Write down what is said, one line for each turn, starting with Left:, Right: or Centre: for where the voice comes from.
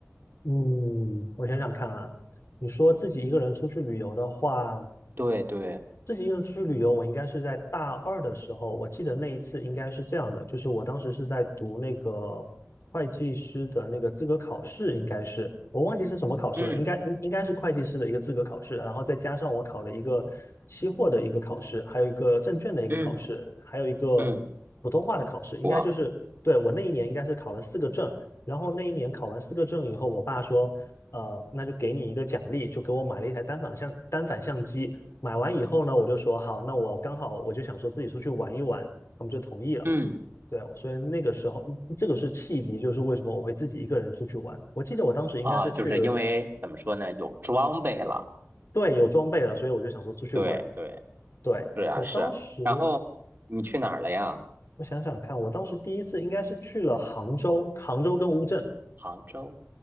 Left: 嗯，我想想看啊，你说自己一个人出去旅游的话，
Right: 对对，
Left: 自己一个人出去旅游，我应该是在大二的时候，我记得那一次应该是这样的，就是我当时是在读那个会计师的那个资格考试，应该是我忘记是什么考试了，
Right: 嗯
Left: 应该应应该是会计师的一个资格考试，然后再加上我考了一个期货的一个考试，还有一个证券的一个考试，
Right: 嗯
Left: 还有一个
Right: 嗯，
Left: 普通话的考试，应该就是对我那一年应该是考了四个证。
Right: 我
Left: 然后那一年考完四个证以后，我爸说：呃，那就给你一个奖励，就给我买了一台单反相单反相机。买完以后呢，我就说好，那我刚好我就想说自己出去玩一玩，他们就同意了。
Right: 嗯
Left: 对，所以那个时候这个是契机，就是为什么我会自己一个人出去玩。我记得我当时应该是去了，
Right: 啊，就是因为怎么说呢，有装备了。
Left: 对，有装备了，所以我就想说出去玩。
Right: 对对，
Left: 对，
Right: 是啊是啊然后你去哪儿了呀？
Left: 我当时，我想想看，我当时第一次应该是去了杭州，杭州跟乌镇。
Right: 杭州。